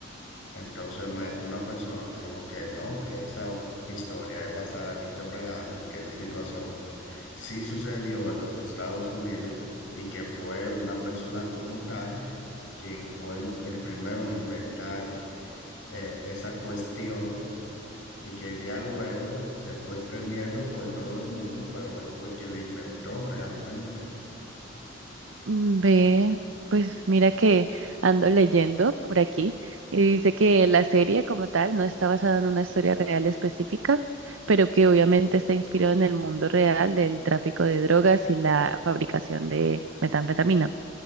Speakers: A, on the left; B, on the right.
A: Entonces me, una persona me dijo que no, que esa historia es basada en hechos reales, que esa situación sí sucedió en los Estados Unidos y que fue una persona como tal quien fue el el primero en inventar eh, esa cuestión y que ya luego se fue extendiendo por todo el mundo, pero él fue quien la inventó realmente.
B: Mm, Ve, pues mira que ando leyendo por aquí y dice que la serie como tal no está basada en una historia real específica, pero que obviamente está inspirado en el mundo real del tráfico de drogas y la fabricación de metanfetamina.